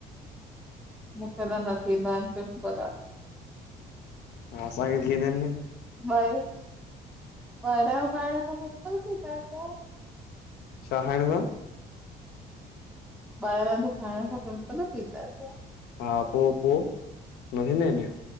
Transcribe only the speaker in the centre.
मूंखे त न थींदा आहिन पिंपल।
बारयां, बारयां जो खाइण सां पिंपल थी पएंदो आ।
ॿहिरां जो खाइण खां पिंपल थींदा इन।